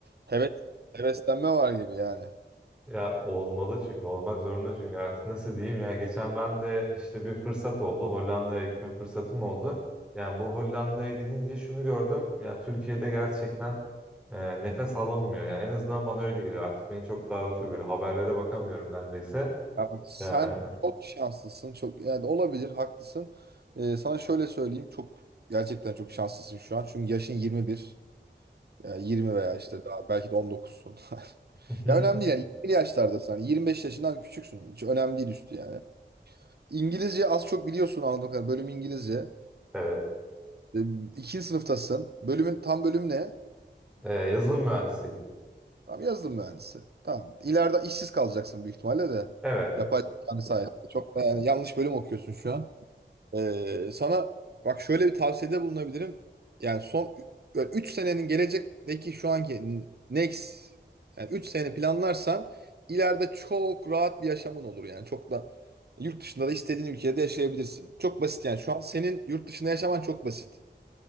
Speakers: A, on the right (about 60°); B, in the centre.
A: heves heveslenme var gibi yani.
B: Ya olmalı çünkü olmak zorunda çünkü artık nasıl diyeyim ya geçen ben de işte bir fırsat oldu Hollanda'ya gitme fırsatım oldu. Yani bu Hollanda'ya gidince şunu gördüm ya Türkiye'de gerçekten e, nefes alamıyor yani en azından bana öyle geliyor artık beni çok daraltıyor böyle haberlere bakamıyorum neredeyse.
A: Ya bak, sen
B: Ya,
A: çok şanslısın çok yani olabilir haklısın. Ee, sana şöyle söyleyeyim çok gerçekten çok şanslısın şu an çünkü yaşın 21 yani 20 veya işte daha belki de 19'sun. <laughs>
B: <laughs>
A: Ya önemli değil yani 20 yaşlardasın hani 25 yaşından küçüksün hiç önemli değil üstü yani. İngilizce az çok biliyorsun anladığım kadarıyla bölüm İngilizce.
B: evet evet
A: Ee, İkinci sınıftasın. Bölümün tam bölüm ne?
B: E, yazılım mühendisi.
A: Tamam yazdım mühendisi. Tamam. İleride işsiz kalacaksın büyük ihtimalle de.
B: Evet
A: Yapay zekanın sayesinde. Çok da yani yanlış bölüm okuyorsun şu an. Ee, sana bak şöyle bir tavsiyede bulunabilirim. Yani son 3 senenin gelecekteki şu anki next yani 3 sene planlarsan ileride çok rahat bir yaşamın olur yani. Çok da yurt dışında da istediğin ülkede yaşayabilirsin. Çok basit yani. Şu an senin yurt dışında yaşaman çok basit.